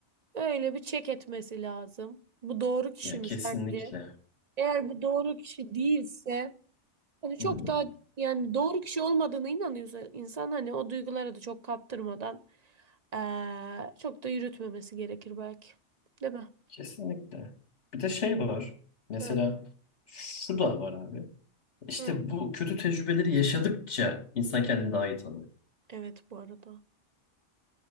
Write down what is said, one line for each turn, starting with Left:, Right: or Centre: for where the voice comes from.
Right: öyle bir çek etmesi lazım. Bu doğru kişi
Left: Yani
Right: mi
Left: kesinlikle.
Right: sence? Eğer bu doğru kişi değilse Hani
Left: Hı
Right: çok
Left: hı.
Right: daha yani doğru kişi olmadığına inanıyorsa insan hani o duygulara da çok kaptırmadan eee, çok da yürütmemesi gerekir belki. Değil mi?
Left: Kesinlikle. Bir de şey var. Mesela
Right: Hı.
Left: şu da var abi. İşte
Right: Hı.
Left: bu kötü tecrübeleri yaşadıkça insan kendini daha iyi tanıyor.
Right: Evet bu arada.